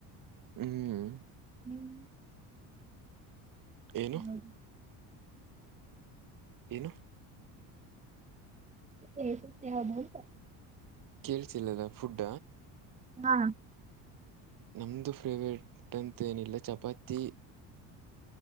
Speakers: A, on the right (about 55°); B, on the right (about 15°).
A: ಹ್ಮ್
B: ನೀವು
A: ಏನು
B: ಯಾವ್ದು
A: ಏನು
B: ಸ ಸ ಅಬಹತ
A: ಕೇಳಳ್ಸಿಲ್ಲದ ಫುಡ.
B: ಹಾ
A: ನಮ್ದ ಫೇವರೇಟ್ ಅಂತೇನಿಲ್ಲ ಚಪಾತಿ.